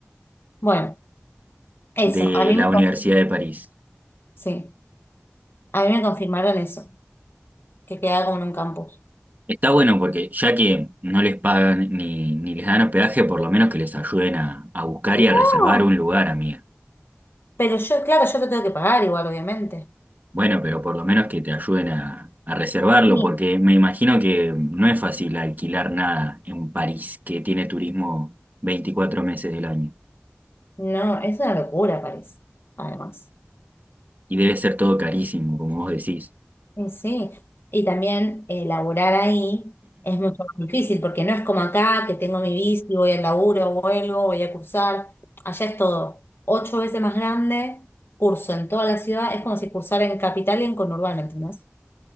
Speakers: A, on the left; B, on the right.
A: Bueno, eso,
B: de
A: a mí
B: la
A: me,
B: Universidad
A: con-
B: de París.
A: sí, a mí me confirmaron eso, que quedaba como en un campus.
B: Está bueno porque ya que no les pagan ni, ni les dan hospedaje, por lo menos que les ayuden a, a buscar y a
A: Oh,
B: reservar un lugar, amiga.
A: Pero yo, claro, yo lo tengo que pagar igual, obviamente.
B: Bueno, pero por lo menos que te ayuden a, a reservarlo,
A: Sí.
B: porque me imagino que no es fácil alquilar nada en París, que tiene turismo 24 meses del año.
A: No, es una locura París, además.
B: Y debe ser todo carísimo, como vos decís.
A: Sí, sí. Y también eh, laburar ahí es mucho más difícil, porque no es como acá, que tengo mi bici, voy al laburo, vuelvo, voy a cursar. Allá es todo ocho veces más grande, curso en toda la ciudad, es como si cursara en capital y en conurbano, ¿entendés?